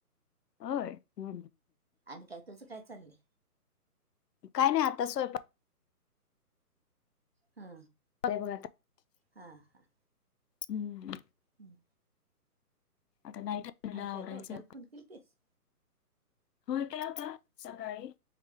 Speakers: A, on the left; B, on the right.
A: अ ह
B: आणि काय तुझं काय चाललंय
A: काय नाही आता स्वयंपा
B: हा
A: का
B: हा हा.
A: हम्म.
B: हम्म
A: आता नाईट मला
B: आणि काय
A: आवरायचं
B: कवत्याल फोन केलतीस.
A: होय काय आता सकाळी.